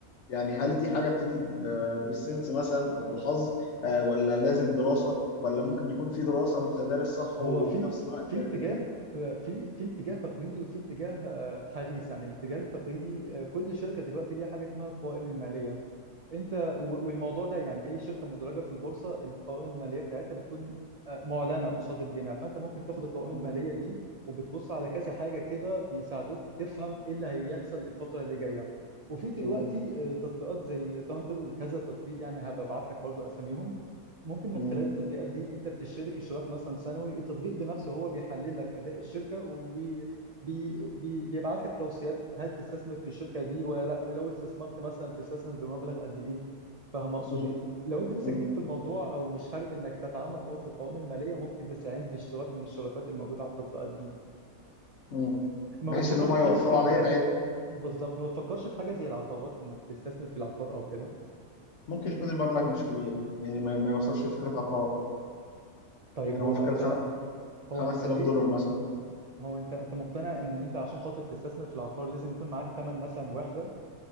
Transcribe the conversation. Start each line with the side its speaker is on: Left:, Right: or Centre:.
Left: يعني هل دي حاجه بتيجي ب- بالسنس مثلا او بالحظ آه ولا لازم دراسه ولا ممكن يكون في دراسه
Right: بص
Left: وانت دارس صح
Right: هو
Left: وفي
Right: في
Left: نفس الوقت
Right: في اتجاه في في اتجاه تقليدي وفي اتجاه آه، حديث يعني الاتجاه التقليدي آه، كل شركه دلوقتي ليها حاجه اسمها القوائم الماليه انت و- والموضوع ده يعني اي شركه مدرجه في البورصه القوائم الماليه بتاعتها بتكون آه، معلنه قصاد الجميع فانت ممكن تاخد القوائم
Left: مم.
Right: الماليه دي وبتبص على كذا
Left: مم.
Right: حاجه كده بيساعدوك تفهم ايه اللي هيحصل الفتره اللي جايه وفي دلوقتي
Left: مم.
Right: آه، تطبيقات زي ثاندر وكذا تطبيق يعني هبعت لك برضو اساميهم ممكن من
Left: مم.
Right: خلال التطبيقات دي انت بتشترك اشتراك مثلا سنوي التطبيق بنفسه هو بيحلل لك اداء الشركه بي بي بيبعت لك توصيات هل تستثمر في الشركه دي ولا لا ولو استثمرت مثلا تستثمر بمبلغ قد ايه فاهم اقصد
Left: مم.
Right: ايه لو انت لسه
Left: مم.
Right: جديد في الموضوع او مش حابب انك تتعمق او في القوائم الماليه ممكن تستعين باشتراك من الشراكات الموجوده على التطبيقات دي
Left: مم.
Right: ما
Left: بحيث
Right: بتفكرش
Left: ان هم يوفروا
Right: طيب في ال...
Left: عليا العيب
Right: بالظبط ما بتفكرش في حاجه زي العقارات انك تستثمر في العقار او كده
Left: ممكن يكون المبلغ مش كبير يعني ما, ما يوصلش لفكره عقار
Right: طيب
Left: يعني
Right: هو
Left: هو فكره
Right: انت
Left: خم... 5000
Right: هو انت ليه
Left: دولار
Right: انت
Left: مثلا
Right: هو انت انت مقتنع ان انت عشان خاطر تستثمر في العقار لازم يكون معاك ثمن مثلا وحده